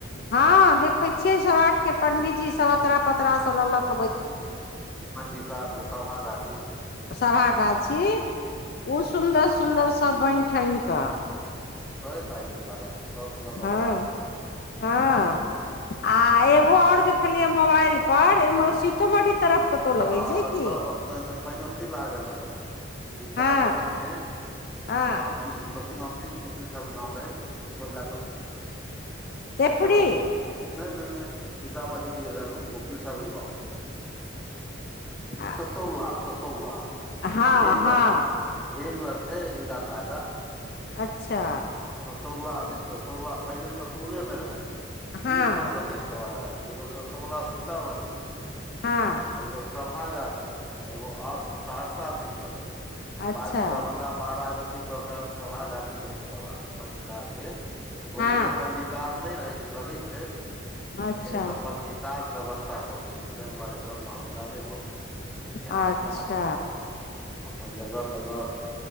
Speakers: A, on the left; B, in the centre.
A: हँ देखै छियै। सौराठ के पंडीजी सब अतरा पतरा सब ललक
B: <unintelligible> मधकार सभागाछी
A: सभागाछी ओ सुन्दर सुन्दर सभ बैन ठैन कऽ
B: छये तारीक स लागल छ स लकऽ
A: हँ
B: बारह तक
A: हँ आ एगो आओर‌जे देखलीयै मोबाइल पर एम-सीतोमढ़ी तरफ कतौ लगै
B: ह <unintelligible>
A: छै की
B: पैने ओतै लागल रहै सीतामढ़ीमे
A: हँ हँ
B: क ज कथी नाम छै। ककिल साहब केगाम रहै कुष महिला कथी
A: तेपरी
B: <inaudible> वट नै नै नै सीतामढ़ीमे जे रह वोकील साहब के गांव
A: हँ
B: ससौला ससौला
A: हँ
B: ढेक लग ढेंग लग छै। रीगा स आगा
A: अच्छा।
B: ससौला मे ससौला पहिने ससौले मे रहै।
A: हँ
B: तीनठाम लगै सभागाछी एगो ससौला सीतामढ़ी
A: हँ
B: एगो सभा गाछी एगो आओर सहरसा दिस लगे
A: अच्छा
B: बाद मे दरभंगा महाराज अथी क के सभाागाथी अथी करबा दे पंजिकार के ओहि
A: हँ
B: समय पंजी कार नै रहै छै। लगै छै। लेकिन
A: अच्छा
B: एत पंजी कार व्यवस्था कऽ देलकै तऽ द्वारे कम महत्व जादे भऽ गेलै इतिहासिक
A: अच्छा
B: <unintelligible> अपन जगह तगह